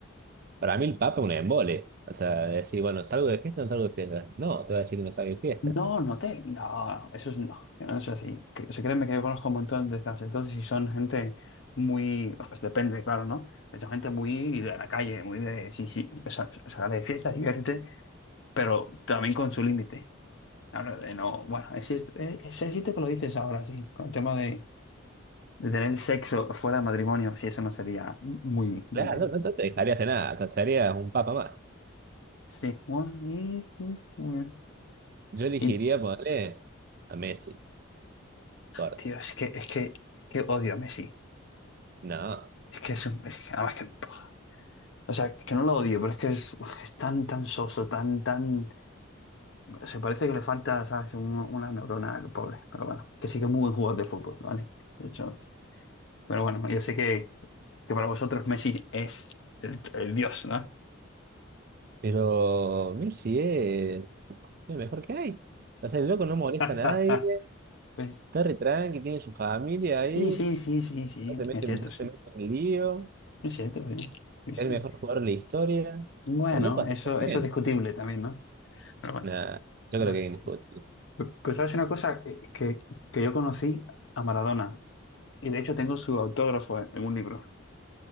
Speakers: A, on the right; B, on the left.
A: Para mí el Papa es un embole. O sea, decir, bueno, ¿salgo de fiesta o no salgo de fiesta? No, te voy a decir que no salgo de fiesta.
B: No, no te, no, eso es no, no es así. Que, o sea, créeme que yo conozco un montón de esas, entonces y son gente muy, pues depende, claro, ¿no? Pero Son gente muy de la calle, muy de, sí, sí, o sea, sal de fiesta, diviértete, pero también con su límite. Ahora, de no, bueno, es cierto, eh, es cierto que lo dices ahora, sí, con el tema de, de tener sexo fuera del matrimonio, sí, eso no sería muy, muy
A: Claro,
B: bien.
A: no, no no te dejaría hacer nada. O sea, serías un Papa más.
B: Sí, bueno, mm, mm, muy bien.
A: Yo elegiría
B: Y,
A: ponerle a Messi. por-
B: tío, es que, es que, es que odio a Messi.
A: No,
B: Es que es un, es que además que, puf. o sea, que no lo odio, pero es que es, uf, que es tan, tan soso, tan, tan, se parece que le falta, ¿sabes? Un- una neurona al pobre, pero bueno, que sí que es muy buen jugador de fútbol, ¿vale? De hecho, sí. pero bueno, yo sé que, que para vosotros Messi es el el dios, ¿no?
A: pero Messi es lo mejor que hay. O sea, el loco no molesta
B: <laughs>
A: a nadie,
B: Pues
A: está re tranqui, tiene su familia ahí,
B: sí, sí, sí, sí, sí,
A: no te meten,
B: es cierto,
A: no
B: sí.
A: se meten en lío,
B: Es cierto, sí. Sí, sí.
A: es el mejor jugador de la historia. O
B: Bueno,
A: sea, el loco hace
B: eso,
A: todo bien.
B: eso es discutible también, ¿no? Pero bueno.
A: Nah, yo
B: ya.
A: creo que es indiscutible.
B: Pero pero sabes una cosa que, que- que yo conocí a Maradona y de hecho tengo su autógrafo en, en un libro.